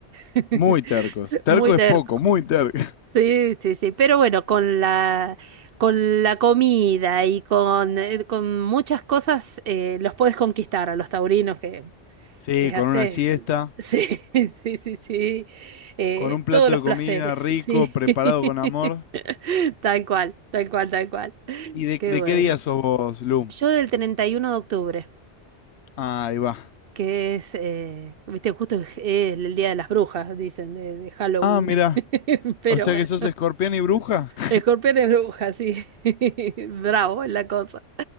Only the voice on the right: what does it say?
<laughs>
Muy tercos.
Sí, sí, sí. Pero bueno, con la, con la comida y con, eh, con muchas cosas eh, los podés conquistar a los taurinos que
les
haces,
sí, <laughs> sí, sí, sí, eh,
todos los
placeres,
sí.
<laughs>
Tal cual, tal cual, tal cual.
Qué
bueno.
Yo del 31 de octubre,
que es, eh, viste, justo es el Día de las Brujas, dicen, de, de Halloween.
<laughs> Pero
bueno,
escorpión es bruja, sí. <laughs> Bravo es la cosa.